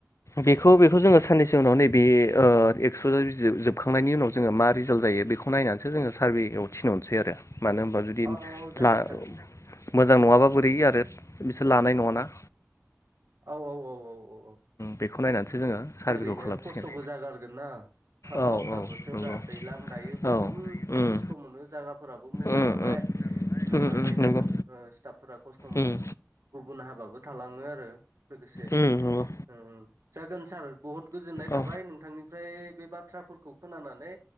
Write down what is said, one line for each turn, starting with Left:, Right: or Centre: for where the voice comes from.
Left: बेखौ बेखौ जोङो साननैसो उनाव नैबे ओ एक्सप'जार जोबखांनायनि उनाव जोङो मा रिजाल्ट जायो बेखौ खौ नायनानैसो जोङो सारभेयाव थिनहरसै आरो मानो होनबा जुदि
Right: औ औ जागोन
Left: ला
Right: सार
Left: मोजां नङाब्ला बोरै आरो बिसोर लानाय नङाना।
Right: औ औ औ औ औ
Left: बेखौ नायनानैसो
Right: औ
Left: जोङो सारभेखौ
Right: ओरैनो
Left: खालामसिगोन
Right: खस्थ'बो जागारगोन ना। अखा
Left: औ
Right: बांखा
Left: औ
Right: बोथोरा
Left: नंगौ
Right: दैज्लां दायो बुहुद
Left: औ उम
Right: खस्थ' मोनो जायगाफोराबो मैला
Left: उम
Right: नालाय।
Left: उम
Right: थांगारनाय
Left: उम उम
Right: जागोन
Left: नंगौ
Right: ओ स्टाफफोरा खस्थ' मोनगोन।
Left: उम
Right: गुबुन हाबाबो थालाङो आरो लोगोसे
Left: उम नंगौ
Right: ओ जागोन सार बहुद गोजोननाय थाबाय
Left: औ
Right: नोंथांनि ओमफ्राय बे बाथ्राफोरखौ खोनानानै